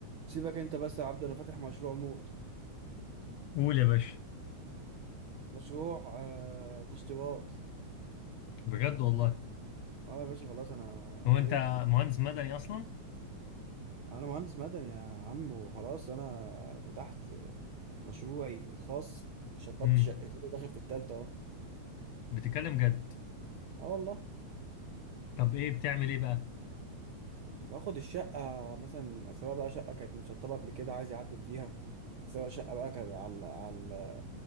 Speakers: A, on the right; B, on the left.
A: سيبك انت بس يا عبد انا فاتح مشروع موت
B: قول يا باشا
A: مشروع آه تشطيبات
B: بجد والله
A: اه يا باشا خلاص انا
B: هو
A: نويت
B: انت مهندس مدني اصلا
A: انا مهندس مدني يا عم وخلاص انا فتحت مشروعي الخاص شطبت
B: امم
A: شقتين وداخل في التالتة اه
B: بتتكلم جد
A: اه والله
B: طب ايه بتعمل ايه بقى
A: باخد الشقة مثلا سواء بقى شقة كانت مشطبة قبل كده عايز يعدل فيها سواء شقة بقى كانت على على على